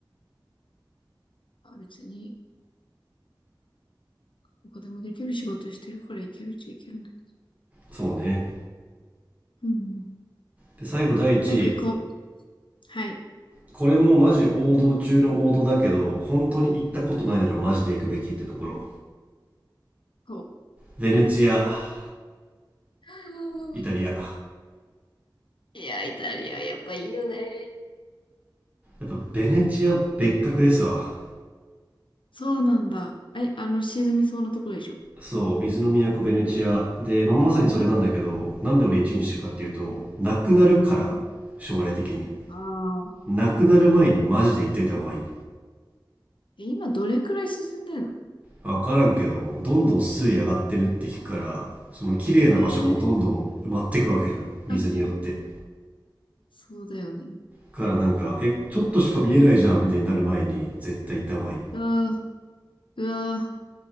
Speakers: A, on the left; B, on the right.
A: あ別に、どこでもできる仕事してるから行けるっちゃ行けるね。
B: そうね
A: うん。
B: で最後第1位
A: 早く行こう。はい。
B: これもマジ王道中の王道だけど本当に行ったことないならマジで行くべきってところ
A: こう。
B: ベネチア
A: はあ
B: イタリアや
A: いや、イタリアやっぱいいよね。
B: っぱベネチア別格ですわ
A: そうなんだ。え、あの、沈みそうなところでしょ。
B: そう水の都ベネチアで、まあ、まさにそれなんだけどなんで俺1位にしてるかっていうとなくなるから将来的に
A: うん。うん。ああ。
B: なくなる前にマジで行っといた方がいい
A: え、今どれくらい沈んでるの
B: 分からんけどどんどん水位上がってるって聞くからその綺麗な場所もどんどん埋まってくわけじゃん水によって
A: ええーあ、そうだよね。
B: からなんか、え、ちょっとしか見えないじゃんみたいになる前に絶対行った方がいい。
A: ああ、うわ